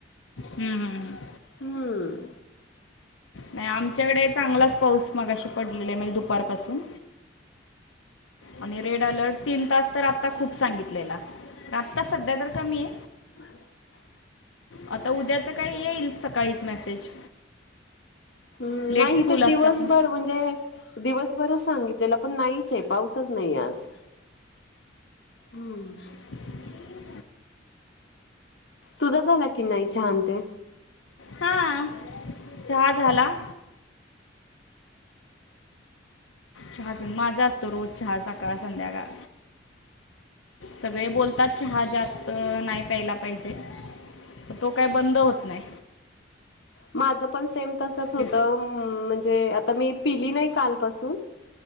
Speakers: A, on the left; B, on the left.
A: हम्म, हम्म, हम्म.
B: हम्म.
A: नाही आमच्याकडे चांगलाच पाऊस मगाशी पडलेलाय. म्हणजे दुपारपासून. आणि रेड अलर्ट तीन तास तर आत्ता. खूप सांगितलेला. आत्ता सध्या तर कमीये.
B: हम् <unintelligible>
A: आता उद्याचं काही येईल. सकाळीच मेसेज.
B: हम्म.
A: लेट
B: नाही
A: स्कूल
B: इथे
A: असतात
B: दिवसभर.
A: ना
B: म्हणजे दिवसभरच सांगितलेला. पण नाही चे. पाऊसच नाहीये आज्. हम्म.
A: च ळ. <unintelligible>
B: तुझा झाला की, नाही. चहा ते.
A: हा. चहा झाला. चहापीउन. माझा असतो रोज चहा. सकाळ संध्याकाळ. सगळे बोलतात. चहा जास्त नाही प्यायला पाहिजे. तो काय, बंद होत नाय.
B: माझ पण सेम तसच होत.
A: ते
B: म्हणजे आता मी पिली नाही. कालपासून.